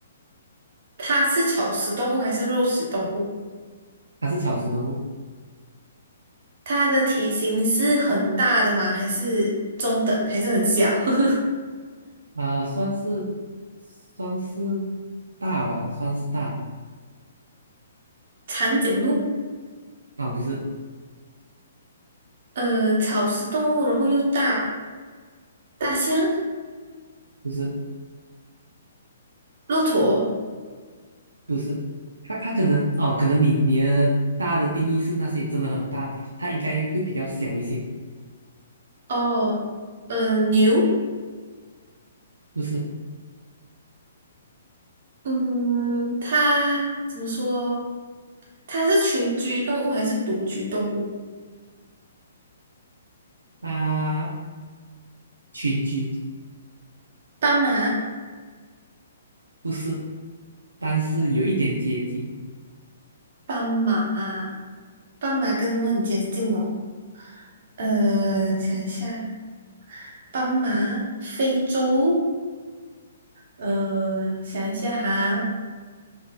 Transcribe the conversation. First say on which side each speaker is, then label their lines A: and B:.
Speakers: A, on the right (about 55°); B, on the right (about 85°).
A: 它是草食动物还是肉食动物？
B: 它是草食动物，
A: 它的体型是很大的吗？还是中等？还是很小？<laughs>
B: 啊、算是算是大吧，算是大，
A: 长颈鹿？
B: 啊、不是。
A: 呃，草食动物，然后又大，大象、
B: 不是
A: 骆驼，
B: 不是，他他可能哦，可能你你的大的定义是那些真的很大，它应该会比较小一些，
A: 哦，呃，牛，
B: 不是？
A: 嗯，它怎么说？它是群居动物还是独居动物？
B: 它群居
A: 斑马，
B: 不是，但是有一点接近，
A: 斑马啊，斑马跟什么很接近哦？呃，想一下，斑马，非洲，呃，想一下哈，